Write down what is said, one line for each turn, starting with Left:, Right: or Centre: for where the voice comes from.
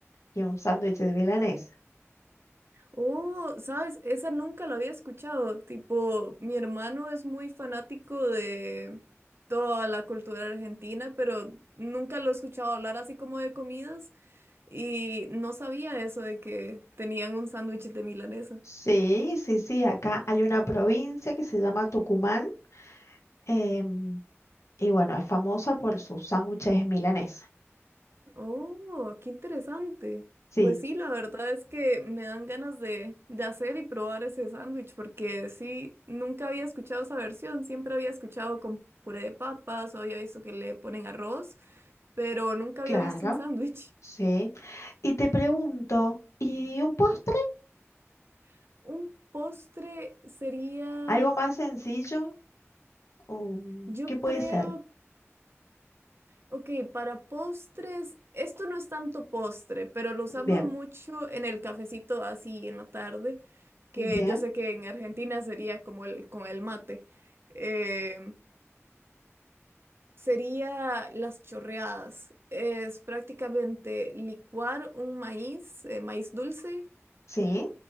Left: y un sándwich de milanesa.
Right: Oh, sabes, esa nunca la había escuchado. Tipo, mi hermano es muy fanático de toda la cultura argentina, pero nunca lo he escuchado hablar así como de comidas y no sabía eso de que tenían un sándwich de milanesa.
Left: Sí, sí, sí, acá hay una provincia que se llama Tucumán em, y bueno, es famosa por sus sándwiches milanesa.
Right: Oh, qué interesante.
Left: Sí,
Right: Pues sí, la verdad es que me dan ganas de, de hacer y probar ese sándwich, porque sí, nunca había escuchado esa versión, siempre había escuchado con puré de papas o había visto que le ponen arroz, pero nunca
Left: claro,
Right: había visto un sándwich.
Left: sí. Y te pregunto, ¿y un postre?
Right: <laughs> Un postre sería,
Left: ¿Algo más sencillo? Um,
Right: yo
Left: ¿qué puede
Right: creo,
Left: ser?
Right: ok, para postres, esto no es tanto postre, pero lo usamos
Left: Bien,
Right: mucho en el cafecito así en la tarde que
Left: bien,
Right: yo sé que en Argentina sería como el con el mate. eh, sería las chorreadas. Es prácticamente licuar un maíz, eh, maíz dulce,
Left: sí,